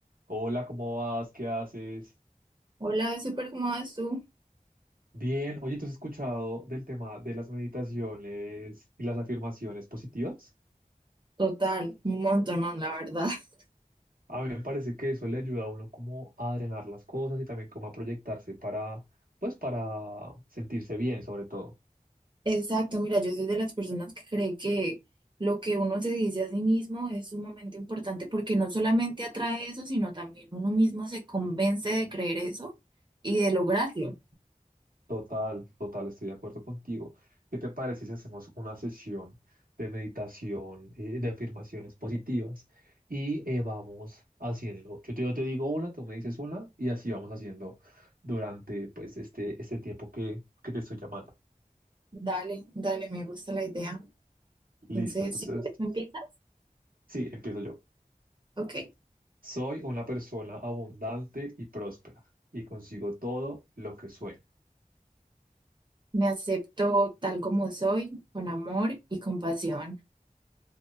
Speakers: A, on the right; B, on the right.
A: Hola, ¿cómo vas? ¿Qué haces?
B: Hola, súper, ¿cómo vas tú?
A: Bien, oye, ¿tú has escuchado del tema de las meditaciones y las afirmaciones positivas?
B: Total, un montón, la verdad. <laughs>
A: A mí me parece que eso le ayuda a uno como a drenar las cosas y también como a proyectarse para, pues, para sentirse bien, sobre todo.
B: Exacto, mira, yo soy de las personas que cree que lo que uno se dice a sí mismo es sumamente importante porque no solamente atrae eso, sino también uno mismo se convence de creer eso y de lograrlo.
A: Total, total, estoy de acuerdo contigo. ¿Qué te parece si hacemos una sesión de meditación, eh, de afirmaciones positivas y eh, vamos haciendo? Yo te, yo te digo una, tú me dices una y así vamos haciendo durante pues este, este tiempo que, que te estoy llamando.
B: Dale, dale, me gusta la idea.
A: Listo,
B: Entonces,
A: entonces,
B: si quieres, ¿me empieza?
A: sí, empiezo yo.
B: Ok.
A: Soy una persona abundante y próspera y consigo todo lo que sueño.
B: Me acepto tal como soy, con amor y compasión.